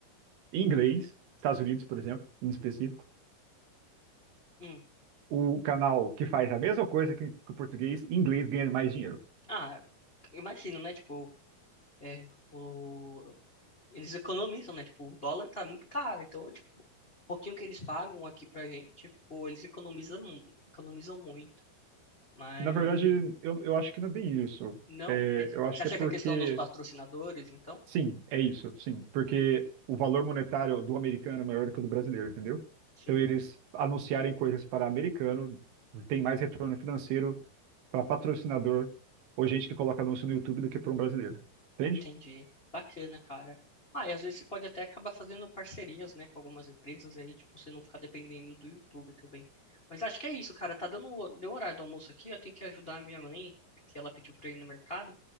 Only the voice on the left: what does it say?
Hum.
Ah, imagino, né? Tipo, é, o, eles economizam, né? Tipo, o dólar tá muito caro, então, tipo, o pouquinho que eles pagam aqui pra gente, pô, eles economizam, mu- economizam muito. Mas
não,
o que que-
você acha
que é a questão dos patrocinadores, então?
Sim,
entendi. Bacana, cara. Ah, e às vezes você pode até acabar fazendo parcerias, né, com algumas empresas aí, tipo, você não ficar dependendo do YouTube também. Mas acho que é isso, cara. Tá dando o- deu o horário do almoço aqui, eu tenho que ajudar a minha mãe, que ela pediu pra eu ir no mercado.